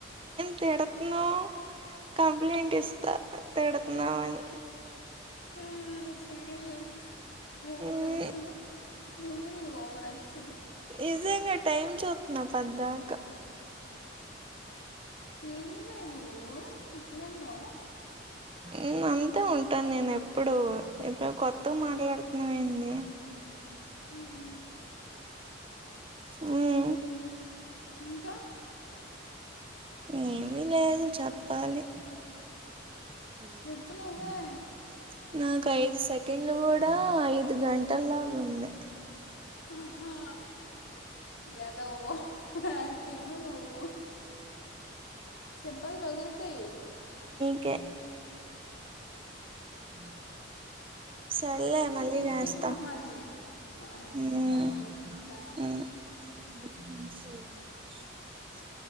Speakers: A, on the right; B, on the left.
A: తిడుతున్నావ్ కంప్లైంట్ ఇస్తా తిడుతున్నావ్ అని
B: ఆ, సరేలే ఓవరాక్షన్
A: మ్మ్.
B: నువ్వు నీ ఓవరాక్షన్
A: నిజంగా టైమ్ చూత్తున్నా పద్దాకా
B: ఏందిమ్మే నువ్వు ఇట్లున్నావు
A: ఉమ్ అంతే ఉంటాను నేను ఎప్పుడు ఇప్పుడు కొత్తగా మాట్లాడుతున్నావ్ ఏంది
B: హుమ్
A: హుమ్
B: ఇంకా
A: ఏమీ లేదు చెప్పాలి <inaudible>
B: చెప్పు నువ్వే
A: నాకు ఐదు సెకండ్లు కూడా ఐదు గంటల్లాగా ఉంది
B: ఆహా ఎదవ ఓవరాక్టింగ్ నువ్వు చెంపలు పగు పగులుతయి
A: ఒకే <inaudible> మళ్ళీ
B: డెలికేట్
A: చేస్తా
B: మొహాన్వి ఆ
A: మ్మ్.
B: సరేలే బాయ్
A: మ్మ్. <inaudible>